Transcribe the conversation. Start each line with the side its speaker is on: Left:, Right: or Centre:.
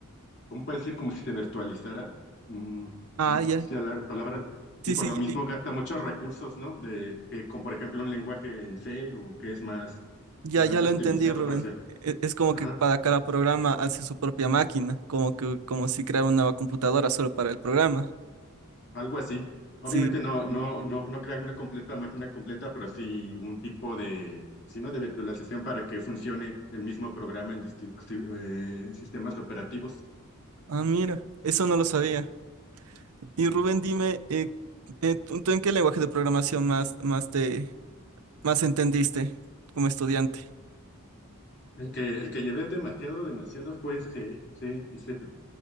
Left: ¿cómo puede decir? Como si se virtualizara, mm,
Right: Ah,
Left: no sé
Right: ya.
Left: si la palabra, y
Right: Sí,
Left: por
Right: sí,
Left: lo mismo
Right: ya,
Left: gasta muchos recursos, ¿no? De, que con, por ejemplo, un lenguaje en C o que es más,
Right: ya
Left: más
Right: ya lo
Left: optimizado
Right: entendí, Rubén.
Left: para hacer,
Right: E- Es, como
Left: ajá,
Right: que para cada programa hace su propia máquina, como que, como si creara una nueva computadora solo para el programa.
Left: algo así. Obviamente
Right: Sí.
Left: no, no, no, no crear una completa máquina completa, pero sí un tipo de, sino de virtualización para que funcione el mismo programa en distintos eh, sistemas operativos.
Right: Ah, mira, eso no lo sabía. Y
Left: Mm.
Right: Rubén, dime, eh, eh, ¿tú, tú en qué lenguaje de programación más, más te, más entendiste como estudiante.
Left: El que, el que llevé demasiado, demasiado fue C, C y C++.